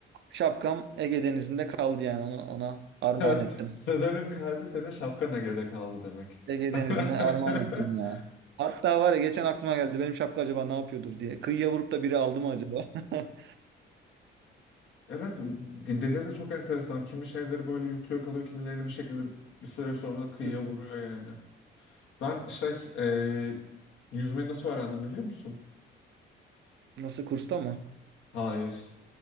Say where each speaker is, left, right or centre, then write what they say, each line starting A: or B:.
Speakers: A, on the right (about 65°); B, on the left (about 75°).
A: şapkam Ege Denizi'nde kaldı yani onu ona armağan
B: <laughs>
A: ettim.
B: Sezer'in kalbi senin şapkana geride kaldı demek.
A: Ege
B: <laughs>
A: Denizi'ne armağan ettim ya. Hatta var ya geçen aklıma geldi benim şapka acaba ne yapıyordur diye. Kıyıya vurup da biri aldı mı acaba? <laughs>
B: Evet, denize çok enteresan. Kimi şeyleri böyle yutuyor kalıyor, kimilerini bir şekilde bir süre sonra da kıyıya
A: Hı.
B: vuruyor yani. Ben şey, e, yüzmeyi nasıl öğrendim biliyor musun?
A: Nasıl kursta mı?
B: Hayır.